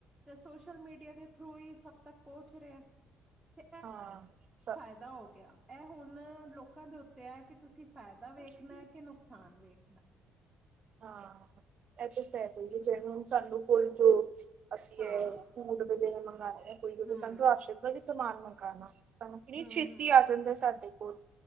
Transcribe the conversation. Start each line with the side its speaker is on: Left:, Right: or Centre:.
Centre: ਤੇ ਸੋਸ਼ਲ ਮੀਡੀਆ ਦੇ ਥ੍ਰੂ ਈ ਸਬ ਤਕ ਪੋਂਚ ਰੇਆ ਤੇ
Right: ਹਾਂ, ਸ
Centre: ਫੈਦਾ ਹੋ ਗੇਆ, ਐ ਹੋਨ ਲੋਕਾਂ ਦੇ ਉੱਤੇ ਐ ਕਿ ਤੁਸੀਂ ਫੈਦਾ ਵੇਖਨਾ
Right: ਹਾਂ ਇਹ
Centre: ਐ ਕੇ ਨੁਕਸਾਨ ਵੇਖਨੈ।
Right: ਹਾਂ, ਐਦੇ ਫੈਦੇ ਵੀ ਜਨੂਯਨ <unintelligible> ਅਸੀਂ
Centre: ਹਾਂ।
Right: ਐ, ਫੂੜ <unintelligible> ਮੰਗਾਂਏ ਏ ਕੋਈ
Centre: ਹੂੰ,
Right: ਸਾਨੂੰ ਰਾਸ਼ਦ ਦਾ ਵੀ ਸਮਾਨ ਮੰਗਾਨਾ ਸਾਨੂੰ ਕਿਨੀ
Centre: ਹੂੰ,
Right: ਛੇਤੀ
Centre: ਹੂੰ।
Right: ਆ ਜਾਂਦਾ ਸਾਡੇ ਕੋਲ,